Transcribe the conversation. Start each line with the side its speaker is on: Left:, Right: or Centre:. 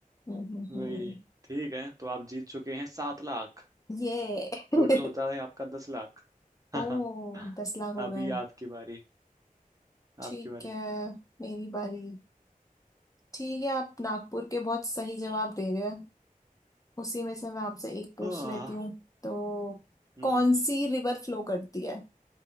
Left: हम्म हम्म
Right: वही
Left: हम्म।
Right: ठीक है तो आप जीत चुके हैं सात लाख
Left: ये <laughs>
Right: टोटल होता है आपका दस लाख
Left: ओ
Right: <laughs>
Left: दस लाख हो
Right: अभी
Left: गए
Right: आपकी बारी
Left: ठीक
Right: आपकी बारी
Left: है मेरी बारी ठीक है आप नागपुर के बहुत सही जवाब दे रहे हैं उसी में से मैं आपसे एक पूछ
Right: आह,
Left: लेती हूँ तो
Right: हम्म
Left: कौन सी रिवर फ्लो करती है